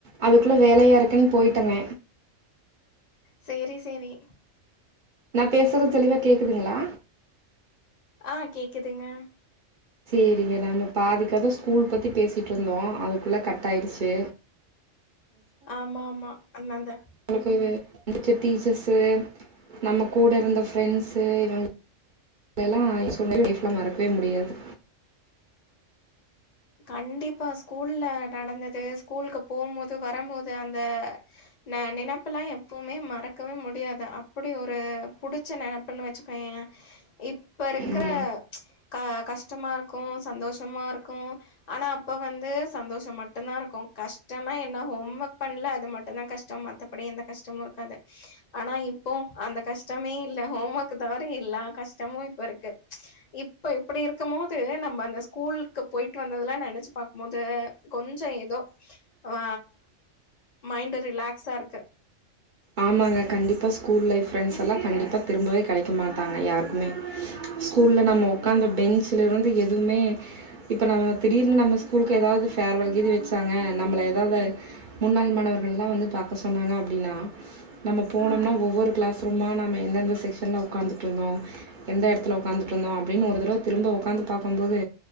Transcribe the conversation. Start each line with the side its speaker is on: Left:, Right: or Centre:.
Right: அதுக்குள்ள வேலயா இருக்குன்னு போயிட்டங்க
Left: சேரி சேரி
Right: நான் பேசுறது தெளிவா கேக்குதுங்களா
Left: ஆ கேக்குதுங்க
Right: சரிங்க நம்ம பாதி கதை ஸ்கூல் பற்றி பேசிகிட்டுருந்தோம் அதுக்குள்ளே கட் ஆயிருச்சு
Left: ஆமா ஆமா அண்ணந்தா
Right: நமக்கு புடிச்ச டீச்சர்ஸ் நம்ம கூட இருந்த ஃப்ரெண்ட்ஸ்ஸு இவங்க எல்லாம் சொன்ன லைப்ல மறக்கவே முடியாது
Left: கண்டிப்பா ஸ்கூல்ல நடந்தது ஸ்கூலுக்கு போகும்போது வரும்போது அந்த ந நெனைப்பு எல்லாம் எப்வுமே மறக்கவே முடியாது அப்டி ஒரு புடிச்ச நெனப்புன்னு வச்சுக்கோயேன் இப்ப இருக்கிற
Right: ஆமாம்
Left: க கஷ்டமா இருக்கும் சந்தோஷமா இருக் கும் ஆனா அப்ப வந்து சந்தோஷம் மட்டும் தான் இருக்கும் கஷ்டம்னா என்ன ஹோம் ஒர்க் பண்ணல அது மட்டும் தான் கஷ்டம் மத்தபடி எந்த கஷ்டமும் இருக்காது ஆனா இப்போ அந்த கஷ்டமே இல்ல ஹோம் ஒர்க் தவிர இல்ல கஷ்டமும் இப்ப இருக்கு இப்ப இப்டி இருக்கும் போது நம்ம அந்த ஸ்கூல் போயிட்டு வந்ததுலாம் நெனைச்சு பாக்கும் போது கொஞ்சம் ஏதோ ஆ மைண்ட் ரிலாக்ஸா இருக்கு
Right: ஆமாங்க கண்டிப்பாக ஸூகூல் ஃப்ரெண்டஸ் எலாம் கண்டிப்பா திரும்பவே கட க்க மாட்டாங்க யாருக்குமே ஸ்கூல்ல நம்ம உட்காந்த பென்ஞ்சுலருந்து எதுவுமே இப்ப நம்ம திடீர்னு நம்ம ஸ்கூலுக்கு ஏதாவது ஃபேர்வல் கீது வச்சாங்க நம்மள ஏதாவது முன்னாள் மாணவர்கள்லெலாம் வந்து பாக்க சொன்னாங்க அப்டின்னா நம்ம போனோம்னா ஒவ்வொரு கிளாஸ் ரூமா நம்ம எந்தெந்த செக்ஷன்ல உ்காந்துட்டு இருந்தோம் எந்த இடத்துல உட்காந்துட்டு இருந்தோம் அப்டின்னு ஒரு தடவை திரும்ப உ்காந்து பாக்கும்போது